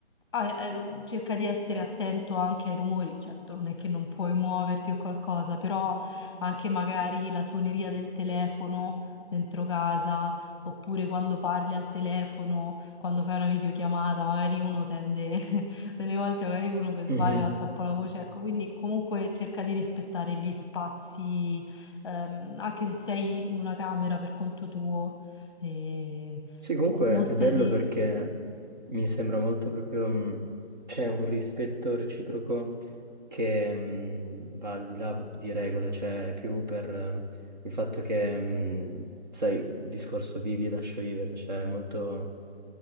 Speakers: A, on the left; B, on the right.
A: ah, eh, cerca di essere attento anche ai rumori, certo non è che non puoi muoverti o qualcosa, però anche magari la suoneria del telefono dentro casa, oppure quando parli al telefono, quando fai una videochiamata, magari uno tende, <laughs> delle volte magari uno per sbaglio
B: mhm.
A: alza un po' la voce, ecco, quindi comunque cerca di rispettare gli spazi ehm, anche se sei in una camera per conto tuo, eh,
B: Sì, comunque
A: mostrati.
B: è bello perché mi sembra molto proprio... mh, C'è un rispetto reciproco che mh, va al di là proprio di regole, cioè è più per eh, il fatto che, mh, sai, il discorso vivi e lascia vivere, cioè è molto,